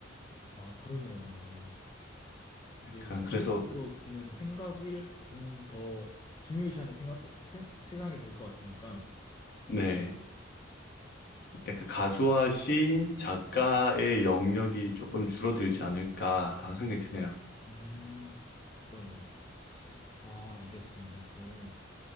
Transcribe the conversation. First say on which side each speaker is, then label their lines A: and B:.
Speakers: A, on the left (about 25°); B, on the left (about 55°).
A: 아, 그러네요. 이게 이제
B: 약간
A: 머릿속으로
B: 그래서
A: 듣는 생각을 좀 더 중요시하는 생각, 세, 세상이 될 것 같으니까.
B: 네. 약간 가수와 시인, 작가의 영역이 조금 줄어들지 않을까라는 생각이 드네요.
A: 음, 그러네요. 아, 알겠습니다. 그러면